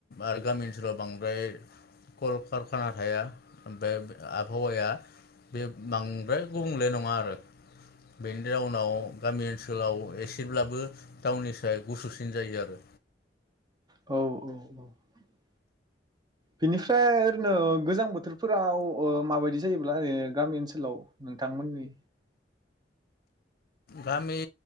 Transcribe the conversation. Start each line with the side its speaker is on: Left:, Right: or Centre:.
Left: आरो गामिनि बिसोराव बांद्राय। कल कारखाना थाया बे। आबहावाया बे। बांद्राय गुबुंले नङा आरो। बेनि जाउनाव गामि ओनसोलाव एसेब्लाबो टाउननि स्राय गुसुसिन जायो आरो।
Right: औ औ औ बेनिफ्राय ओरैनो गोजां बोथोरफोराव माबायदि जायोब्ला ओरैनो गामि ओनसोलाव नोंथांमोननि।
Left: गामि